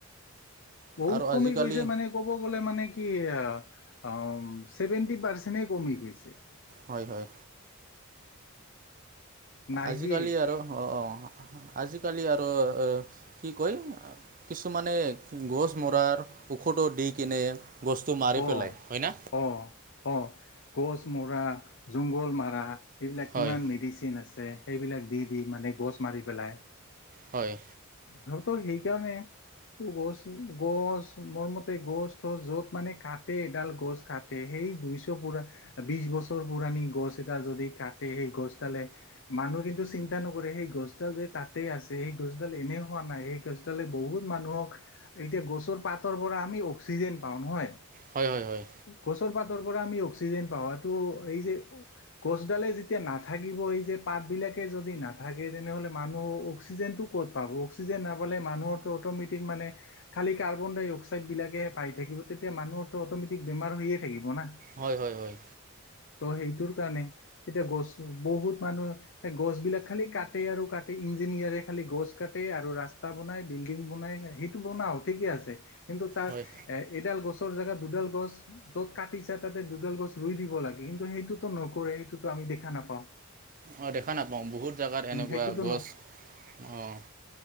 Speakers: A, on the left; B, on the right.
A: বহুত
B: আৰু
A: কমি
B: আজিকালি
A: গৈছে মানে ক'ব গ'লে মানে কি আ আ' ম, ছেভেনটি পাৰ্চেন্টে কমি গৈছে।
B: হয় হয়।
A: নায়ে
B: আজিকালি আৰু অ',। আজিকালি আৰু কি কয় কিছুমানে গছ মৰাৰ ঔষধো দি কিনে গছটো মাৰি
A: অ',
B: পেলায় হয় না
A: অ', অ' গছ মৰা জংঘল মাৰা এইবিলাক
B: হয়
A: কিমান মেডিচিন আছে সেইবিলাক দি দি মানে গছ মাৰি পেলাই।
B: হয়।
A: সিহঁতৰ সেইকাৰণে তো গছ-গছ মোৰমতে গছ- তছ য'ত মানে কাটে এডাল গছ কাটে সেই দুইশ পুৰা বিশ বছৰ পুৰাণি গছ এডাল যদি কাটে সেই গছডালে মানুহ কিন্তু চিন্তা নকৰে সেই গছডাল যে তাতেই আছে সেই গছডাল এনে এনে হোৱা নাই। সেই গছালে বহুত মানুহক এতিয়া গছৰ পাতৰ পৰা আমি অক্সিজেন পাওঁ। নহয়
B: হয়, হয়-হয়।
A: গছৰ পাতৰ পৰা আমি অক্সিজেন পাৱাটো এই যে গছডালে যেতিয়া নাথাকিব, এই যে পাত বিলাকে যদি নাথাকে তেনেহলে মানুহ অক্সিজেন ক'ত পাব। অক্সিজেন নাপালে মানুহৰ টো অট'মেটিক মানে খালি কাৰ্বন ডাই অক্সাইড বিলাকেহে পাই থাকিব। তেতিয়া মানুহৰতটো অট'মেটিক বেমাৰ হৈয়ে থাকিব না?
B: হয়, হয়-হয়।
A: ত' সেইটোৰ কাৰণে, এতিয়া গছ বহুত মানুহ গছ বিলাক খালি কাটেই আৰু কাটেই। এ ইঞ্জিনিয়াৰে খালি গছ কাটে আৰু ৰাস্তা বনাই বিল্ডিং বনাই। সেইটো বনাওক ঠিকেই আছে কিন্তু তাৰ
B: হয়
A: এই এডাল গছৰ জেগাত দুডাল গছ। য'ত কাটিছে তাতে দুডাল গছ ৰুই দিব লাগে। কিন্তু সেইটোতো নকৰে। সেই টো আমি দেখা নাপাওঁ।
B: অ', দেখা নাপাওঁ বহুত জাগাত হেনেকুৱা
A: উম সেইটোতো
B: গছ অ'।